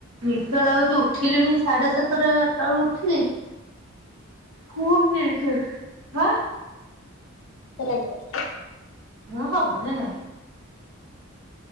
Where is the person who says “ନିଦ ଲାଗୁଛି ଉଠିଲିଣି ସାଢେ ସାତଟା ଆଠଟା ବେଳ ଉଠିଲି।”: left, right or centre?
Right